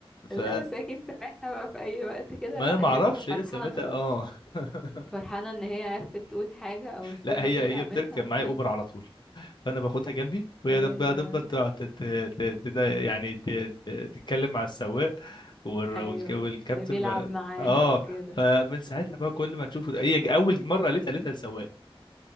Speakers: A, on the left; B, in the centre.
A: ف
B: لا بس اكيد سمعتها بقى في اي وقت كده
A: ما
B: لا
A: انا ما
B: هي
A: اعرفش
B: بتبقى فرحانة
A: هي سمعتها اه <laughs>
B: فرحانة ان هي عرفت تقول حاجة او الصوت
A: لا
B: ده
A: هي
B: طلع
A: هي بتركب
B: منها ف...
A: معايا اوبر على طول فانا باخدها جنبي وهي
B: ايوه
A: دب- هتفضل تقعد تت- ت- ت- يعني ت- ت- تتكلم مع السواق والر-
B: ايوه
A: والك- والكابتن
B: تلاقيه بيلعب
A: ف-
B: معاها
A: اه
B: وكده
A: فمن ساعتها بقى كل ما تشوفه هي اول مره قالتها قالتها للسواق